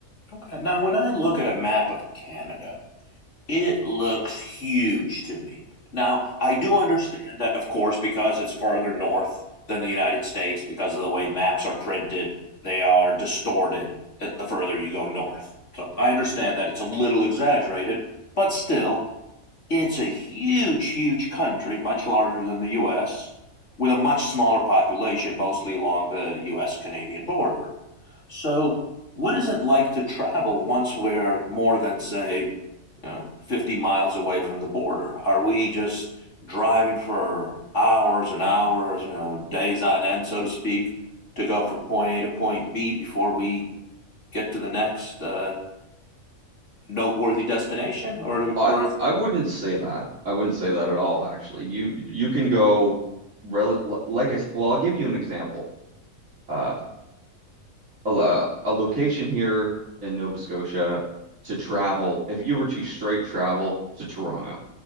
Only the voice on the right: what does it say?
I
I
wouldn't say that. I wouldn't say that at all, actually. You you can go rel like I s- well, I'll give you an example. Uh, a, lo- a location here in Nova Scotia to travel, if you were to straight travel to Toronto,